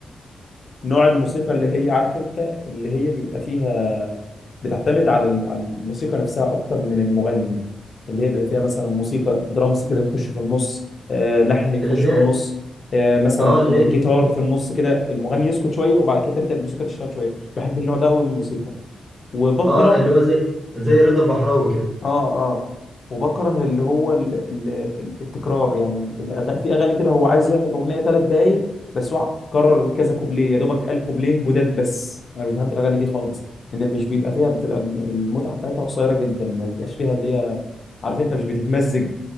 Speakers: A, on the left (about 45°); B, in the centre.
A: نوع الموسيقى اللي هي عارف انت اللي هي بيبقى فيها بتعتمد على ال- على الموسيقى نفسها اكتر من المغني اللي هي بيبقى فيها مثلا موسيقى درامز كده يخش في النص آه، لحن يخش
B: اللي
A: في
B: هي
A: النص آه، مثلا
B: اه اللي
A: جيتار
B: هي
A: في النص كده المغني يسكت شويه وبعد كده تبدا الموسيقى تشتغل شويه بحب النوع ده قوي من الموسيقى وبكره
B: اه اللي هو زي زي رضا البحراوي كده
A: اه اه وبكره اللي هو ال ال ال- التكرار يعني الأغاني في اغاني كده هو عايز يعمل اغنيه ثلاث دقايق بس هو كرر كذا كوبليه يا دوبك قال كوبلين جداد بس انا مش بحب الاغاني دي خالص لان مش بيبقى فيها بتبقى المتعه بتاعتها قصيره جدا ما بيبقاش فيها اللي هي عارف انت مش بتتمزج